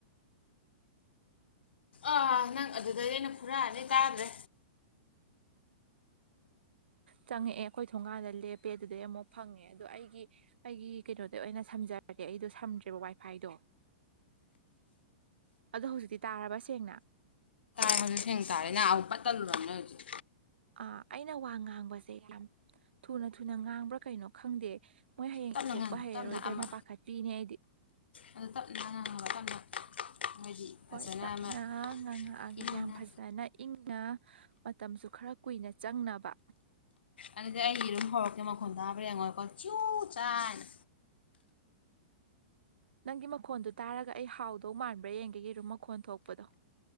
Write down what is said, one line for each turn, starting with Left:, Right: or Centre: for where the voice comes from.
Left: ꯑꯥ ꯅꯪ ꯑꯗꯨꯗꯩ ꯑꯩꯅ ꯐꯨꯔꯛꯑꯅꯤ ꯇꯥꯗ꯭ꯔꯦ
Right: ꯆꯪꯉꯛꯑꯦ ꯑꯩꯈꯣꯏ ꯊꯣꯡꯒꯥꯟꯗ ꯂꯦꯞꯄꯦ ꯑꯗꯨꯗꯩ ꯑꯃꯨꯛ ꯐꯪꯉꯦ ꯑꯗꯣ ꯑꯩꯒꯤ ꯑꯩꯒꯤ ꯀꯩꯅꯣꯗ ꯑꯣꯏꯅ ꯁꯝꯖꯔꯒꯦ ꯑꯩꯗꯣ ꯁꯝꯗ꯭ꯔꯦꯕ ꯋꯥꯏꯐꯥꯏꯗꯣ ꯑꯗꯣ ꯍꯧꯖꯤꯛꯇꯤ ꯇꯥꯔꯕ ꯁꯦꯡꯅ
Left: <unintelligible> ꯁꯦꯡ ꯇꯥꯔꯦ ꯅ ꯑꯃꯨꯛ ꯄꯠ ꯇꯜꯂꯨꯔꯕꯅꯦ ꯍꯧꯖꯤꯛ
Right: ꯑꯥ ꯑꯩꯅ ꯋꯥ ꯉꯥꯡꯕꯁꯦ ꯌꯥꯝ ꯊꯨꯅ ꯊꯨꯅ ꯉꯥꯡꯕ꯭ꯔꯥ ꯀꯩꯅꯣ ꯈꯪꯗꯦ ꯃꯣꯏ ꯍꯌꯦꯡ
Left: ꯇꯞꯅ
Right: ꯏꯊꯣꯛꯄ
Left: ꯉꯥꯡꯉꯨ
Right: ꯍꯩꯔꯔꯣꯏꯗ꯭ꯔꯅ
Left: ꯇꯞꯅ ꯑꯃ
Right: ꯄꯥꯈꯠꯄꯤꯅꯦ ꯑꯩꯗꯤ
Left: ꯑꯗꯨ ꯇꯞꯅ ꯉꯥꯡꯉꯒ ꯇꯞꯅ ꯅꯣꯏꯗꯤ ꯐꯖꯅ
Right: ꯍꯣꯏ ꯇꯞꯅ
Left: ꯑꯃ
Right: ꯉꯥꯡꯉꯛꯑꯒꯦ
Left: ꯏꯪꯅ
Right: ꯌꯥꯝ ꯐꯖꯅ ꯏꯪꯅ ꯃꯇꯝꯁꯨ ꯈꯔ ꯀꯨꯏꯅ ꯆꯪꯅꯕ
Left: ꯑꯗꯨꯗꯤ ꯑꯩ ꯂꯣꯏꯝ ꯍꯧꯔꯛꯀꯦ ꯃꯈꯣꯟ ꯇꯥꯕ꯭ꯔꯥ ꯌꯦꯡꯉꯣꯏꯀꯣ ꯆꯨ ꯆꯥꯅ
Right: ꯅꯪꯒꯤ ꯃꯈꯣꯟꯗꯨ ꯇꯥꯔꯒ ꯑꯩ ꯍꯥꯎꯗꯧ ꯃꯥꯟꯕ꯭ꯔꯥ ꯌꯦꯡꯒꯦ ꯌꯦꯔꯨꯝ ꯃꯈꯣꯟ ꯊꯣꯛꯄꯗꯣ